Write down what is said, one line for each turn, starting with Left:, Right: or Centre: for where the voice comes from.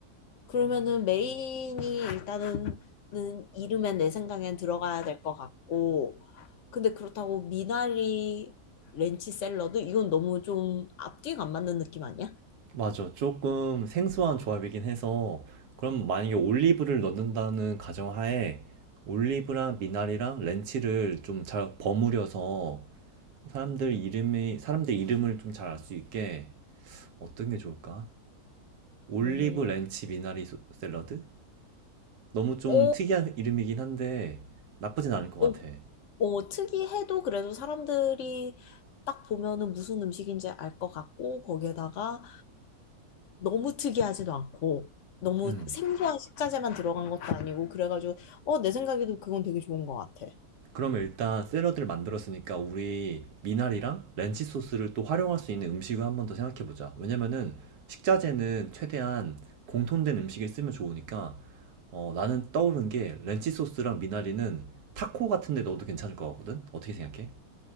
Left: 그러면은 메인이 일단은 는 이름엔 내 생각엔 들어가야 될 것 같고, 근데 그렇다고 미나리 렌치 샐러드? 이건 너무 좀 앞뒤가 안 맞는 느낌 아니야?
Right: 맞아. 조금 생소한 조합이긴 해서 그럼 만약에 올리브를 넣는다는 가정하에 올리브랑 미나리랑 렌치를 좀 잘 버무려서 사람들 이름이 사람들 이름을 좀 잘 알 수 있게 어떤 게 좋을까? 올리브
Left: 어,
Right: 렌치 미나리 소- 샐러드? 너무 좀
Left: 어,
Right: 특이한 이름이긴 한데 나쁘진 않을 것 같아.
Left: 어, 어, 특이해도 그래도 사람들이 딱 보면은 무슨 음식인지 알 것 같고, 거기에다가 너무 특이하지도 않고, 너무
Right: 음.
Left: 생소한 식자재만 들어간 것도 아니고, 그래가지고, 어, 내 생각에도 그건 되게 좋은 것 같아.
Right: 그러면 일단 샐러드를 만들었으니까 우리 미나리랑 렌치 소스를 또 활용할 수 있는 음식을 한번 더 생각해 보자. 왜냐면은 식자재는 최대한 공통된 음식에 쓰면 좋으니까 어, 나는 떠오른 게 렌치 소스랑 미나리는 타코 같은 데 넣어도 괜찮을 것 같거든? 어떻게 생각해?